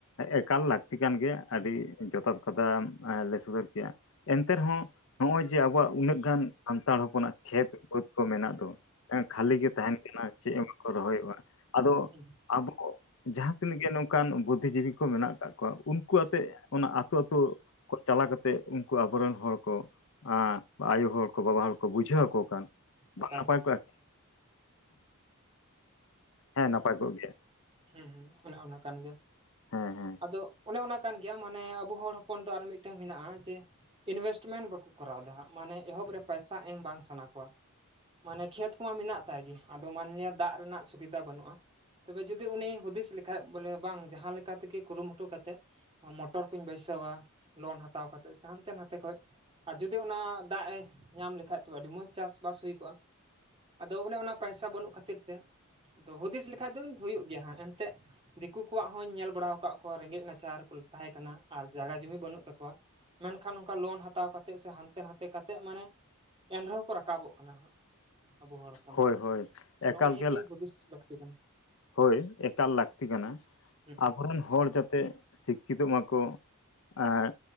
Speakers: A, on the left (about 60°); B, on the right (about 25°).
A: ᱮᱠᱟᱞ ᱞᱟᱹᱠᱛᱤ ᱠᱟᱱ ᱜᱮᱭᱟ ᱟᱹᱰᱤ
B: ᱦᱩᱸ
A: ᱡᱚᱛᱷᱟᱛ ᱠᱟᱛᱷᱟᱢ ᱞᱟᱹᱭ ᱥᱚᱫᱚᱨ ᱠᱮᱭᱟ ᱮᱱᱛᱮ ᱨᱮᱦᱚᱸ ᱱᱚᱜᱼᱚᱭ ᱡᱮ ᱟᱵᱚᱣᱟᱜ ᱩᱱᱟᱹᱜ ᱜᱟᱱ ᱥᱟᱱᱛᱟᱲ ᱦᱚᱯᱚᱱᱟᱜ ᱠᱷᱮᱛ ᱵᱟᱹᱛ ᱠᱚ ᱢᱮᱱᱟᱜ ᱫᱚ ᱠᱷᱟᱹᱞᱤ ᱜᱮ ᱛᱟᱦᱮᱱ ᱠᱟᱱᱟ ᱪᱮᱫ ᱦᱚᱸ ᱵᱟᱠᱚ ᱨᱚᱦᱚᱭᱚᱜᱼᱟ ᱟᱫᱚ
B: ᱦᱮᱸ
A: ᱟᱵᱚ ᱡᱟᱦᱟᱸ ᱛᱤᱱᱟᱹᱜ ᱜᱮ ᱱᱚᱝᱠᱟᱱ ᱵᱩ ᱡᱤᱵᱤ ᱠᱚ ᱢᱮᱱᱟᱜ ᱟᱠᱟᱫ ᱠᱚᱣᱟ ᱩᱱᱠᱩ ᱟᱛᱮᱜ ᱚᱱᱟ ᱟᱹᱛᱩ ᱟᱹᱛᱩ ᱪᱟᱞᱟ ᱠᱟᱛᱮᱮᱫ ᱩᱱᱠᱩ ᱟᱵᱚᱨᱮᱱ ᱦᱚᱲ ᱠᱚ ᱟᱸ ᱟᱭᱳ ᱦᱚᱲ ᱠᱚ ᱵᱟᱵᱟ ᱦᱚᱲ ᱠᱚ ᱵᱩᱡᱷᱟᱹᱣ ᱟᱠᱚ ᱠᱷᱟᱱ ᱵᱟᱝ
B: ᱮᱠᱟᱞ
A: ᱱᱟᱯᱟᱭ ᱠᱚᱜᱼᱟ ᱠᱤ ᱦᱮᱸ ᱱᱟᱯᱟᱭ ᱠᱚᱜ ᱜᱮᱭᱟ
B: ᱦᱮᱸ ᱦᱮᱸ ᱚᱱᱮ ᱚᱱᱟ ᱠᱟᱱ ᱜᱮᱭᱟ
A: ᱦᱮᱸ ᱦᱮᱸ
B: ᱟᱫᱚ ᱚᱱᱮ ᱚᱱᱟ ᱠᱟᱱ ᱜᱮᱭᱟᱢ ᱢᱟᱱᱮ ᱟᱵᱚ ᱦᱚᱲ ᱦᱚᱯᱚᱱ ᱫᱚ ᱟᱨ ᱢᱤᱫᱴᱮᱱ ᱢᱮᱱᱟᱜᱼᱟ ᱡᱮ ᱤᱱᱵᱷᱮᱥᱴᱢᱮᱱᱴ ᱵᱟᱠᱚ ᱠᱚᱨᱟᱣᱮᱫᱟ ᱦᱟᱜ ᱢᱟᱱᱮ ᱮᱦᱚᱵ ᱨᱮ ᱯᱟᱭᱥᱟ ᱮᱢ ᱵᱟᱝ ᱥᱟᱱᱟ ᱠᱣᱟ ᱢᱟᱱᱮ ᱠᱷᱮᱛ ᱠᱚᱢᱟ ᱢᱮᱱᱟᱜ ᱛᱟᱭ ᱜᱮ ᱟᱫᱚ ᱢᱟᱱᱞᱤᱭᱟ ᱫᱟᱜ ᱨᱮᱱᱟᱜ ᱥᱩᱵᱤᱫᱟ ᱵᱟᱹᱱᱩᱜᱼᱟ ᱡᱩᱚᱫᱤ ᱩᱱᱤ ᱦᱩᱫᱤᱥ ᱞᱮᱠᱷᱟᱡ ᱵᱚᱞᱮ ᱵᱟᱝ ᱡᱟᱦᱟᱸ ᱞᱮᱠᱟ ᱛᱮᱜᱮ ᱠᱩᱨᱩᱢᱩᱴᱩ ᱠᱟᱛᱮᱫ ᱢᱚᱴᱚᱨ ᱠᱩᱧ ᱵᱟᱹᱭᱥᱟᱹᱣᱟ ᱞᱳᱱ ᱦᱟᱛᱟᱣ ᱠᱟᱛᱮᱜ ᱥᱮ ᱦᱟᱱᱛᱮ ᱱᱟᱛᱮ ᱠᱷᱚᱡ ᱟᱨ ᱡᱩᱫᱤ ᱚᱱᱟ ᱫᱟᱜ ᱮ ᱧᱟᱢ ᱞᱮᱠᱟᱱᱡ ᱛᱚ ᱟᱹᱰᱤ ᱢᱚᱸᱡᱽ ᱪᱟᱥᱵᱟᱥ ᱦᱩᱭ ᱠᱚᱜᱼᱟ ᱟᱫᱚ ᱚᱱᱮ ᱚᱱᱟ ᱯᱚᱭᱥᱟ ᱵᱟᱹᱱᱩᱜ ᱠᱷᱟᱹᱛᱤᱨ ᱛᱮ ᱟᱫᱚ ᱦᱩᱫᱤᱥ ᱞᱮᱠᱷᱟᱡ ᱫᱚ ᱦᱩᱭᱩᱜ ᱜᱮᱭᱟ ᱦᱟᱸᱜ ᱮᱱᱛᱮᱫ ᱫᱤᱠᱩ ᱠᱚᱣᱟᱜ ᱦᱚᱧ ᱧᱮᱞ ᱵᱟᱲᱟ ᱟᱠᱟᱫ ᱠᱚᱣᱟ ᱨᱮᱸᱜᱮᱡ ᱱᱟᱪᱟᱨ ᱠᱚ ᱛᱟᱦᱮᱸ ᱠᱟᱱᱟ ᱟᱨ ᱡᱟᱭᱜᱟ ᱡᱩᱢᱤᱤ ᱵᱟᱹᱱᱩᱜ ᱛᱟᱠᱚᱣᱟ ᱢᱮᱱᱠᱷᱟᱱ ᱚᱱᱠᱟ ᱞᱳᱱ ᱦᱟᱛᱟᱣ ᱠᱟᱛᱮᱜ ᱥᱮ ᱦᱟᱱᱛᱮ ᱱᱟᱛᱮ ᱠᱟᱛᱮ ᱢᱟᱱᱮ ᱮᱱ ᱨᱮᱦᱚᱸ ᱠᱚ ᱨᱟᱠᱟᱵᱚᱜ ᱠᱟᱱᱟ ᱦᱟᱸᱜ ᱟᱵᱚ ᱦᱚᱲ ᱦᱚᱯᱚᱱ
A: ᱦᱳᱭ
B: ᱠᱷᱚᱡ
A: ᱦᱳᱭ ᱮᱠᱟᱞ
B: ᱱᱚᱜᱼᱚ ᱱᱤᱭᱟᱹᱟᱹᱜᱤ
A: ᱜᱮ
B: ᱦᱩᱫᱤᱥ ᱞᱟᱹᱠᱛᱤ ᱠᱟᱱᱟ
A: ᱦᱳᱭ ᱮᱠᱟᱞ ᱞᱟᱹᱠᱛᱤ ᱠᱟᱱᱟ
B: ᱦᱩᱸ
A: ᱟᱵᱚᱨᱮᱱ ᱦᱚᱲ ᱡᱟ ᱛᱮ ᱥᱤᱠᱠᱷᱤᱛᱚᱜ ᱢᱟᱠᱚ ᱟᱨ